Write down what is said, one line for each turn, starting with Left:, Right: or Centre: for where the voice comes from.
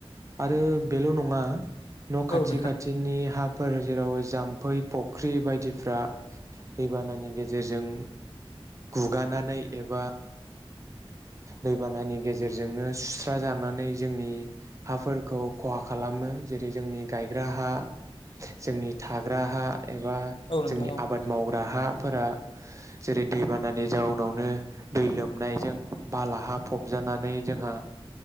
Right: आरो बेल' नङा न' खाथि
Left: औ नोंथां
Right: खाथिनि हाफोर जेराव जाम्फै फुख्रि बायदिफ्रा दैबानानि गेजेरजों गुगानानै एबा दैबानानि गेजेरजोंनो सुस्रा जानानै जोंनि हाफोरखौ खहा खालामो जेरै जोंनि गायग्रा हा जोंनि थाग्रा हा एबा
Left: औ नोंथां
Right: जोंनि
Left: औ
Right: आबाद माव ग्रा हाफोरा जेरै दैबानानि जाउनावनो दै लोमनायजों बाला हा फबजानानै जोंहा